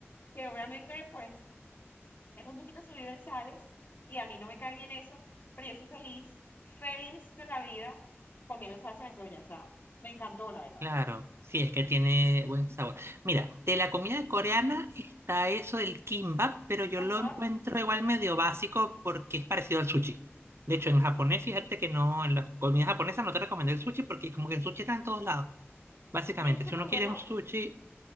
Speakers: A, on the left (about 50°); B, on the right (about 65°).
A: que obviamente pues es un poquito subido en sales y a mí no me cae bien eso, pero yo soy feliz, feliz de la vida comiendo salsa de soya, o sea, me encantó la verdad.
B: claro. Sí, es que tiene buen sabor. Mira, de la comida coreana está eso del kimbap, pero yo
A: Ajá,
B: lo encuentro igual medio básico porque es parecido al sushi. De hecho, en japonés, fíjate que no, en la comida japonesa no te recomendé el sushi porque como que el sushi está en todos lados. Básicamente,
A: y es crudo,
B: si uno quiere
A: ¿no?
B: un sushi,